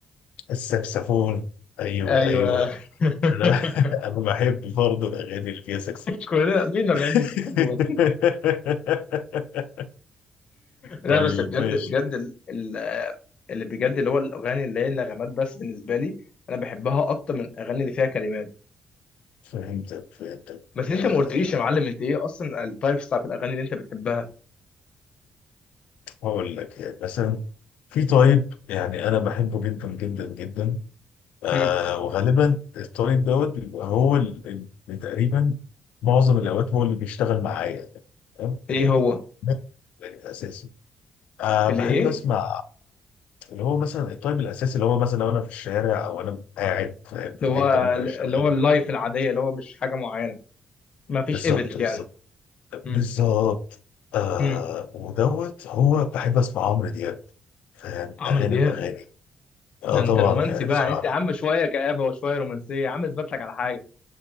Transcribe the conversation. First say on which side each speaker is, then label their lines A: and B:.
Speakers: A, on the left; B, on the left.
A: السكسفون ايوه
B: ايوه
A: ايوه
B: <laughs>
A: انا <laughs> انا بحب برضه الاغاني اللي فيها سكسفون
B: كلنا مين ما بيحبش الساكسفون
A: <laughs>
B: لا
A: طيب
B: بس بجد
A: ماشي
B: بجد ال- ال- اللي بجد اللي هو الاغاني اللي هي النغمات بس بالنسبه لي انا بحبها اكتر من الاغاني اللي فيها كلمات
A: فهمتك فهمتك
B: بس انت
A: أه
B: ما قلتليش يا معلم انت ايه اصلا التايبس بتاعت الاغاني اللي انت بتحبها
A: هقول لك يعني مثلا في طيب يعني انا بحبه جدا جدا جدا أه
B: مم.
A: وغالبا الطيب دوت بيبقى هو اللي تقريبا معظم الاوقات هو اللي بيشتغل معايا تمام؟
B: ايه
A: ال-
B: هو
A: ده الاساسي أه
B: اللي
A: بحب
B: ايه
A: اسمع اللي هو مثلا الطيب الاساسي اللي هو مثلا لو انا في الشارع او انا قاعد في
B: اللي
A: في
B: هو
A: حته ممكن اشغله
B: اللي هو اللايف العاديه اللي هو مش حاجه معينه ما فيش
A: بالظبط
B: ايفنت
A: بالظبط
B: يعني امم
A: بالظبط آه
B: امم
A: ودوت هو بحب اسمع عمرو دياب فاهم
B: عمرو
A: اغاني
B: دياب
A: باغاني اه
B: ده انت
A: طبعا
B: رومانسي
A: يعني
B: بقى
A: بصراحه
B: انت يا عم شويه كآبه وشويه رومانسيه يا عم اثبت لك على حاجه